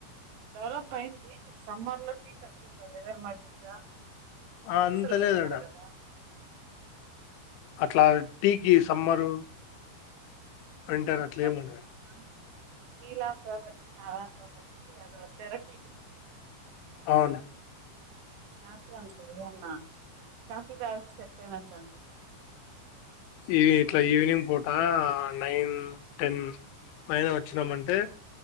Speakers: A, on the right; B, on the left.
A: డెవలప్ అయింది. సమ్మర్ లో టీ తక్కువ కదా ఎదన్న మజ్జిగ.
B: ఆ
A: జ్యూస్
B: అంత
A: లు పెడతారు
B: లేదు ఆడ
A: కదా
B: అట్లా, టీకి సమ్మరు. వింటర్, అట్లా
A: కొంత
B: ఏముండద్ అండ్.
A: <unintelligible> నాలాంటోళ్ళకి అదో థెరపీ
B: అవునా.
A: నాకు అంతే, ఓ అన్నా కాఫీ తాగితే సెట్ అయినట్టు అనిపిస్తుంద్.
B: ఈ ఇట్లా ఈవినింగ్ పూటా నైన్, టెన్ పైన వచ్చినాం అంటే,